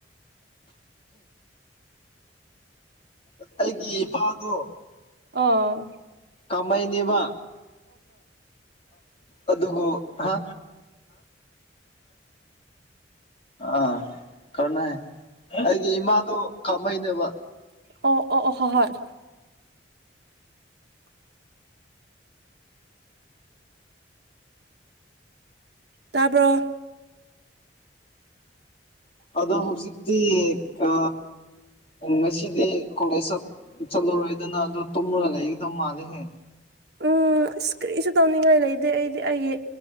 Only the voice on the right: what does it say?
ꯑ
ꯑꯣ ꯑꯣ ꯑꯣ ꯍ ꯍꯣꯏ ꯇꯄ
ꯎꯝ ꯑꯁ ꯀꯔꯤꯁꯨ ꯇꯧꯅꯤꯡꯉꯥꯏ ꯂꯩꯇꯦ ꯑꯩꯗꯤ ꯑꯩꯒꯤ